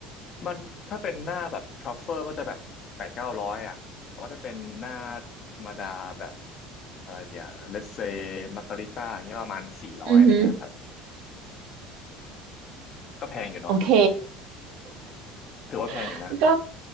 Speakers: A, on the left (about 35°); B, on the right (about 60°).
A: มันถ้าเป็นหน้าแบบทรัฟเฟอร์ก็จะแบบแปดเก้าร้อยอ่ะแต่ว่าถ้าเป็นหน้าธรรมดาแบบอะไรเดียวเลสเซมาการิต้าอย่างเงี้ยประมาณสี่ร้อยอะไรเงี้ยครับ
B: อือฮึ
A: ก็แพงอยู่เนาะ
B: โอเค
A: ถือว่าแพงอยู่นะ
B: <laughs> ก็